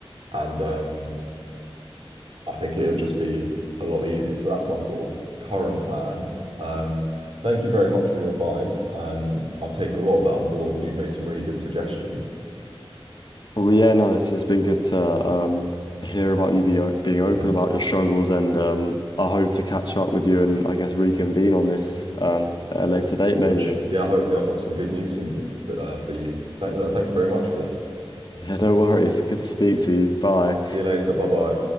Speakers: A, on the right (about 65°); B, on the left (about 50°).
A: and um, I think it'll just be a lot easier. So that's my sort of current plan. Um, thank you very much for your advice. Um, I've taken a lot of that on board, and you've made some really good suggestions.
B: Well, yeah, no, it's it's been good to um, hear about you be, o- being open
A: Mm,
B: about your struggles, and um, I hope to catch up with you and I guess reconvene on this um, at a later date, maybe.
A: no, true. Yeah,
B: <laughs>
A: hopefully I've got some good news from you uh, for you. Th uh, thank you very much for this.
B: Yeah, no worries. Good to speak to you. Bye.
A: See you later. Bye bye.